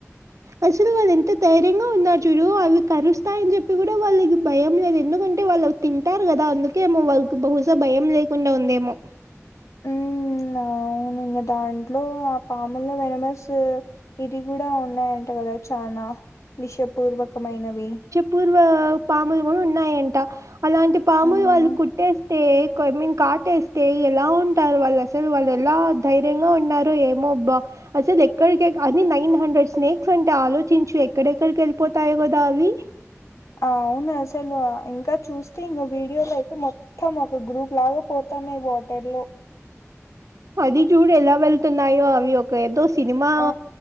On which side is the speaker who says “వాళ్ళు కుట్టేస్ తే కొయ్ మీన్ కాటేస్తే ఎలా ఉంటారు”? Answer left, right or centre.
Right